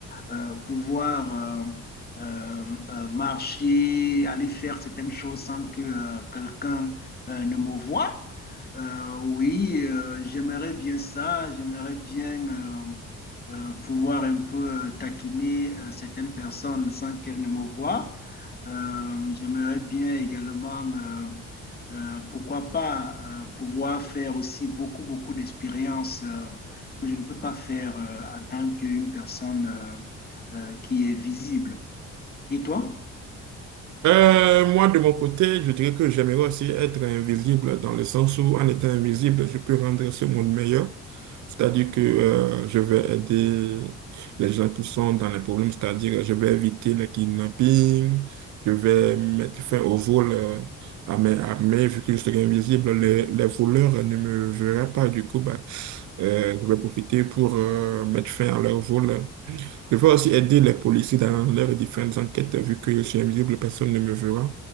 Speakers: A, on the left; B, on the right.
A: euh, pouvoir... euh, euh, euh, marcher, aller faire certaines choses sans que euh, quelqu'un euh, ne me voie. Euh, oui, euh, j'aimerais bien ça, j'aimerais bien euh, euh, pouvoir un peu euh, taquiner euh, certaines personnes sans qu'elles ne me voient. Euh, j'aimerais bien également, euh, euh, pourquoi pas, euh, pouvoir faire aussi beaucoup, beaucoup d'expériences euh, que je ne peux pas faire euh, en tant qu'une personne euh, euh, qui est visible. Et toi?
B: Euh, moi, de mon côté, je dirais que j'aimerais aussi être invisible dans le sens où, en étant invisible, je peux rendre ce monde meilleur. C'est-à-dire que euh, je vais aider les gens qui sont dans les problèmes, c'est-à-dire je vais éviter les kidnappings, je vais mettre fin au vol euh, à mes, à vu que je serai invisible, les, les voleurs ne me verraient pas. Du coup, bah, euh, je vais profiter pour euh, mettre fin à leur vol. Je veux aussi aider les policiers dans leurs différentes enquêtes, vu que je suis invisible, personne ne me verra.